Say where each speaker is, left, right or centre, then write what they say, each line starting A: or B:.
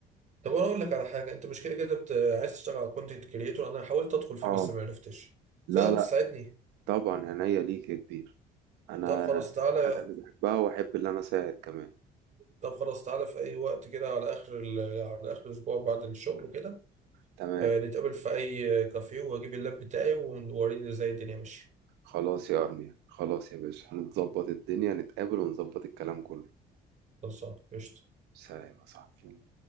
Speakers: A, on the right; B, on the right.
A: طب انا اقول لك على حاجه انت مش كده كده بت- عايز تشتغل على كونتنت كريتور انا حاولت ادخل فيه
B: اه
A: بس ما عرفتش
B: لا
A: تقدر
B: لا
A: تساعدني
B: طبعا عينيا ليك يا كبير انا
A: طب خلاص تعالى
B: الحاجه اللي بحبها واحب اللي انا اساعد كمان
A: طب خلاص تعالى في اي وقت كده على اخر ال... على اخر الاسبوع بعد الشغل كده
B: تمام
A: آه، نتقابل في اي كافيه واجيب اللاب بتاعي ووريني ازاي الدنيا ماشيه
B: خلاص يا ارميا خلاص يا باشا نتظبط الدنيا نتقابل ونظبط الكلام كله
A: خلصان قشطه
B: سلام يا صاحبي